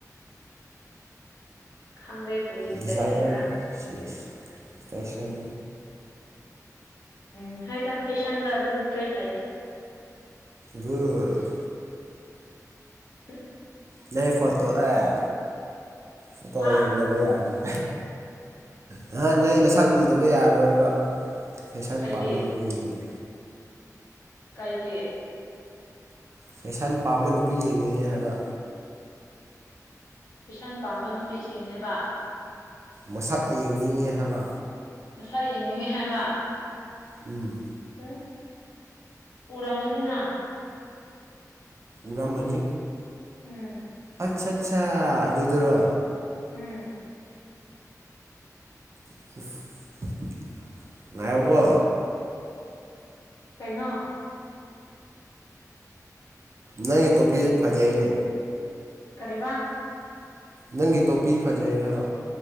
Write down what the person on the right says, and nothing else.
ꯗꯤꯖꯥꯏꯅꯔ
ꯆꯦꯁ ꯐꯦꯁꯟ
ꯒꯨꯠ
<unintelligible> ꯐꯣꯇꯣ ꯑꯦ ꯐꯣꯇꯣ
ꯌꯦꯡꯗꯅꯕ ꯌꯥꯔꯣꯏ ꯅꯍꯥꯟ ꯅꯪꯒꯤ ꯅꯁꯛ ꯎꯗꯕ ꯌꯥꯔꯔꯣꯏꯕ ꯐꯦꯁꯟ
ꯄꯥꯝꯕ ꯅꯨꯄꯤ ꯌꯦꯡꯒꯦ
ꯐꯦꯁꯟ ꯄꯥꯝꯕ ꯅꯨꯄꯤ ꯌꯦꯡꯅꯤꯡꯉꯦ ꯍꯥꯏꯕ
ꯃꯁꯛ ꯌꯦꯡꯅꯤꯡꯉꯦ ꯍꯥꯏꯕ
ꯎꯝ
ꯎꯔꯝꯃꯅꯤ
ꯑꯠ ꯁꯠꯆꯥ ꯑꯗꯨꯗꯨꯔꯣ
<unintelligible> ꯉꯥꯏꯌꯣꯕꯣ
ꯅꯪꯒꯤ ꯇꯣꯄꯤꯁꯦ ꯐꯖꯩꯅꯦ
ꯅꯪꯒꯤ ꯇꯣꯄꯤ ꯐꯖꯩ ꯍꯥꯏꯕ